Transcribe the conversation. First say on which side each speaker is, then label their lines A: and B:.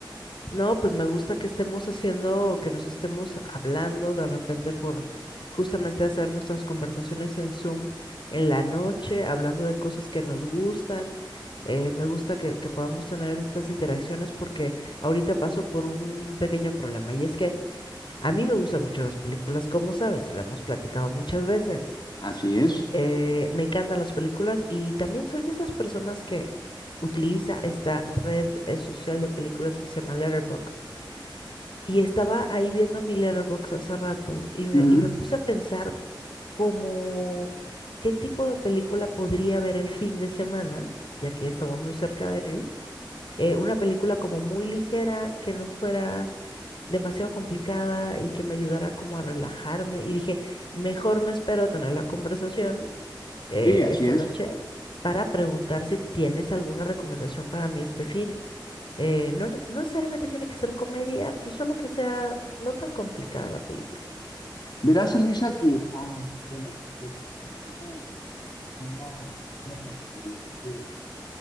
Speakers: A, on the left; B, on the left.
A: No, pues me gusta que estemos haciendo, o que nos estemos hablando de repente por justamente hacer nuestras conversaciones en Zoom en la noche, hablando de cosas que nos gustan. Eh, me gusta que, que podamos tener estas interacciones porque ahorita paso por un pequeño problema y es que a mí me gustan mucho las películas, como sabes, lo hemos platicado muchas veces.
B: Así es.
A: Eh, me encantan las películas y también soy de esas personas que utiliza esta red eh, social de películas que se llama Letterboxd y estaba ahí viendo mi Letterboxd hace rato y me,
B: Ujú.
A: y me puse a pensar como qué tipo de película podría ver el fin de semana, ya que ya estamos muy cerca de él. eh, una película como muy ligera, que no fuera demasiado complicada y que me ayudara como a relajarme. Y dije, mejor me espero a tener la conversación eh,
B: Sí, así
A: esta
B: es.
A: noche para preguntar si tienes alguna recomendación para mí este fin. Eh, no, no necesariamente tiene que ser comedia, pero solo que sea no tan complicada la película.
B: Verás, Elisa, que, ah, bueno, el, el cine es una, es una oportunidad de,